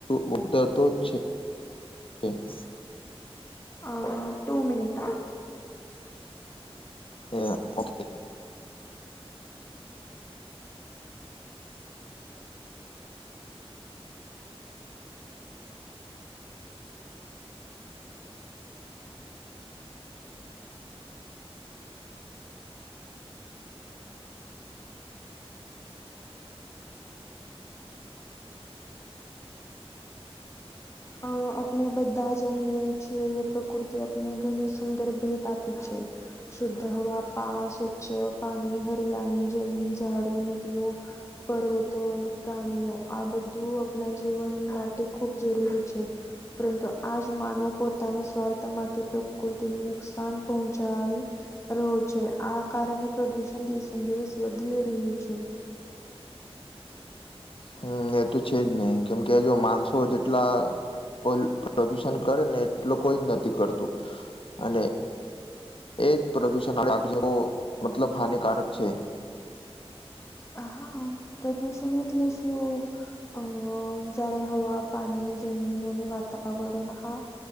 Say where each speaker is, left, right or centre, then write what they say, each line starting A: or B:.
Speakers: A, on the left; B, on the left.
A: વધતું જ છે. <inaudible>
B: હા ટુ મિનિટા હા.
A: હા ઓકે.
B: અ આપણે બધા જનીએ છે એ પ્રકૃતિ આપને ઘણી સુંદર ભેટ આપી છે. શુદ્ધ હવા, પા સ્વચ્છ પાણી, હરિયાણી જમીન, ઝાડો, નદીઓ પર્વતો અને પ્રાણીઓ આ બધું આપણા જીવન માટે ખૂબ જરૂરી છે. પરંતુ આ જ માનોવ પોતાના સ્વાર્થ માટે પ્રકૃતિને નુકસાન પહોંચાય રહો છે. આ કારણે પ્રદુષણ દિવસે દિવસ વધી રહ્યું છે.
A: હમ એ તો છે જ નહી કેમ કે જો માણસો જેટલા પ્રદુષણ કરે ને એટલું કોઈ જ નથી કરતું અને એ જ પ્રદુષણો <unintelligible> મતલબ હાનિકારક છે.
B: હા પ્રદૂષણ એટલે શું? અ જ્યારે હવા, પાણી, જમીન અને વાતાવરણ હા